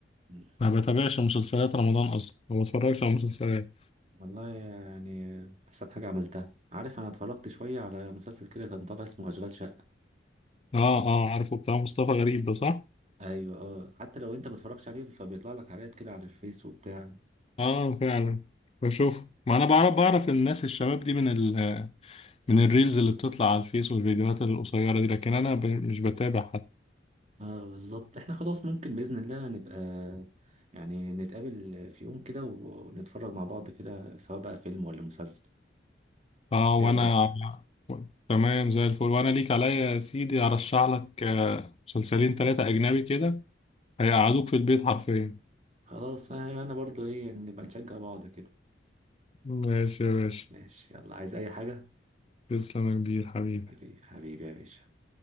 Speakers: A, on the right; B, on the left.
A: مم.
B: ما بتابعش مسلسلات رمضان اصلا ما بتفرجش على مسلسلات
A: والله يعني احسن حاجة عملتها عارف انا اتفرجت شوية على مسلسل كده كان طالع اسمه اشغال شقة
B: اه اه عارفه بتاع مصطفى غريب ده صح
A: ايوه اه حتى لو انت ما اتفرجتش عليه فبيطلع لك حاجات كده على الفيس وبتاع
B: اه فعلا بشوف ما انا بعرف بعرف الناس الشباب دي من ال من الريلز اللي بتطلع على الفيس والفيديوهات القصيرة دي لكن انا ب... مش بتابع حد
A: اه بالظبط احنا خلاص ممكن بإذن الله نبقى يعني نتقابل في يوم كده ونتفرج مع بعض كده سواء بقى فيلم ولا مسلسل
B: اه وانا
A: ايه رأيك
B: تمام زي الفل وانا ليك عليا يا سيدي ارشح لك آه، مسلسلين ثلاثة اجنبي كده هيقعدوك في البيت حرفيا
A: خلاص انا أنا برضو ايه يعني نبقى نشجع بعض كده
B: ماشي يا باشا
A: ماشي يلا عايز اي حاجة
B: تسلم يا كبير حبيبي
A: حبيبي حبيبي يا باشا